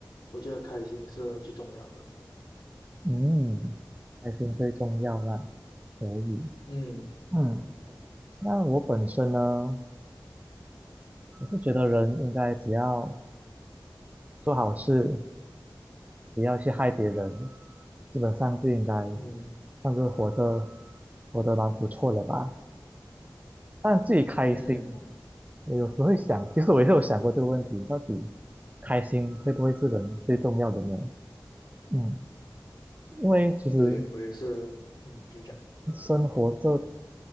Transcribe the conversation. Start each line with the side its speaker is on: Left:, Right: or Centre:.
Left: 我觉得开心是最重要的。
Right: 嗯，开心最重要啦，可以。
Left: 嗯
Right: 嗯，那我本身呢，我是觉得人应该只要做好事，不要去害别人，基本上就应该
Left: 嗯
Right: 算是活得活得蛮不错了吧。但自己开心，
Left: 嗯
Right: 我有时会想，其实我也是有想过这个问题，到底开心会不会是人最重要的呢？嗯，因为其实
Left: 对，我也是，嗯，你讲，
Right: 生活这